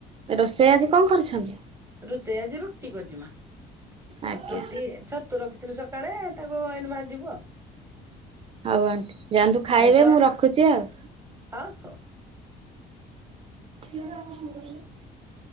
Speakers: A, on the right; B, on the right.
A: ରୋଷେଇ ଆଜି କଣ କରିଛନ୍ତି?
B: ରୋଷେଇ ଆଜି ରୁ ଟି କରିଚି ମା।
A: ଆଜ୍ଞା
B: ରୁଟି ଛତୁ ରଖିଥିଲୁ ସକାଳେ। ତାକୁ ଏଇନେ ଭାଜିବୁ ଆଉ।
A: ହଉ ଆଣ୍ଟି ଯାଆନ୍ତୁ, ଖାଇବେ
B: ଆଜି ତ
A: ମୁଁ ରଖୁଛି ଆଉ।
B: ହଉ ହଉ
A: <unintelligible>